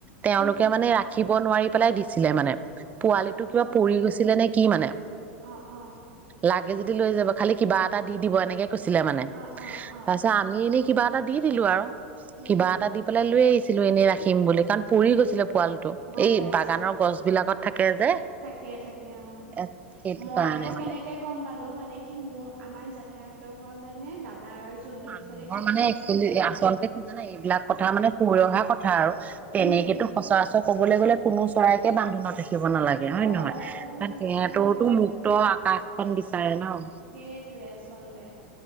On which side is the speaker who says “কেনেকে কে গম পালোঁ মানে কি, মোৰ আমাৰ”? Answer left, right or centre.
Right